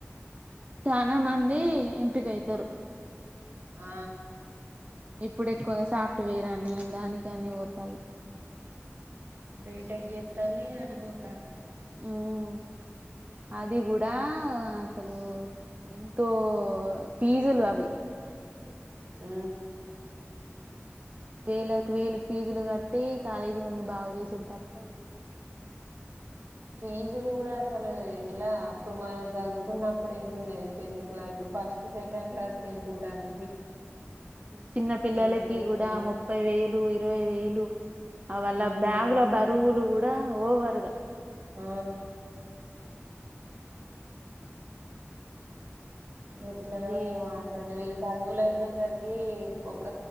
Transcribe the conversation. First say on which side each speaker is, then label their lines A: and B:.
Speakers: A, on the right; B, on the right.
A: చనాా మంది ఎంపిక అయితారు
B: ఆ
A: ఇప్పుడు ఎక్కువగా సాఫ్ట్వేర్ అని దానినికి అని పోతారు.
B: బేట ఇ జెతంది అటు పో తలు
A: మ్మ్ అది గూడ అసలు ఎంతో ఫీజులు అవి
B: ఉ
A: వేలకి వేలు ఫీజులు గట్టి కాలేజోన్ని బాగుజెసుడు తప్ప ఏం లే
B: ఫీజులు గుడ అసలు ఎట్లా అప్పుడు మనం చదువుకున్నప్పుడు ఎంత ఉండేది టెన్త్ క్లా ఇప్పుడు ఫస్ట్ సెకండ్ క్లాస్ కి ఎంత ఉంటాది.
A: చిన్న పిల్లలకి
B: ఎట్లుంటానయి
A: గుడ ముప్పై వేలు ఇరవై వేళ్ళు అ వల్ళ
B: మ్మ్
A: బ్యాగుల బరువులు గు డా ఓవర్ గ
B: ఆ ఎట్లనో
A: మళ్ళీ
B: ఏమో అసలు వీళ్ళ చదువుల సరికీ ఒ ఒక